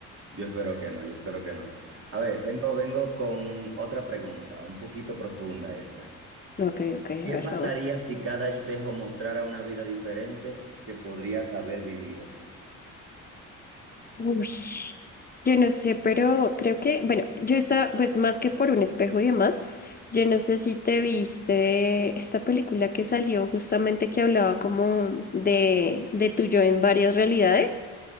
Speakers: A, on the right (about 45°); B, on the left (about 30°).
A: yo espero que no, yo espero que no. A ver, vengo, vengo con otra pregunta, un poquito profunda esta.
B: Ok, ok,
A: ¿Qué
B: a ver,
A: pasaría
B: vamos.
A: si cada espejo mostrara una vida diferente que podrías haber vivido?
B: Uy. Yo no sé, pero creo que, bueno, yo estaba, pues más que por un espejo y demás, yo no sé si te viste esta película que salió justamente que hablaba como de, de tu yo en varias realidades.